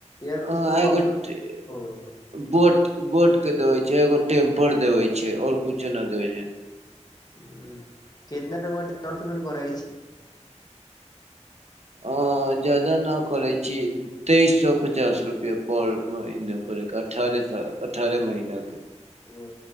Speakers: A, on the left; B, on the right.
A: इयरबड्स
B: ह
A: <unintelligible>
B: एगो टे बोट बोट के देवे छै एगो टेम्पर देवे छै और कुछो ना देवे
A: ह केतना रउआ डाउन पेमेंट करइ छी?
B: अ जादा ना करै छी। तेइस सए पचास रुपआ पर महीना करे के अठारह सा अठारह महिना के
A: ओ